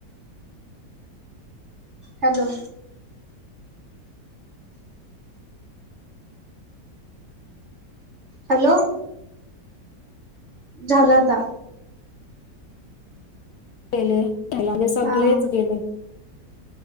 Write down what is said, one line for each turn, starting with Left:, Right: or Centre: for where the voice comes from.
Right: हॅलो! हॅलो! झाल आता.
Left: पेले पला ले सगळेच
Right: हा
Left: गेले.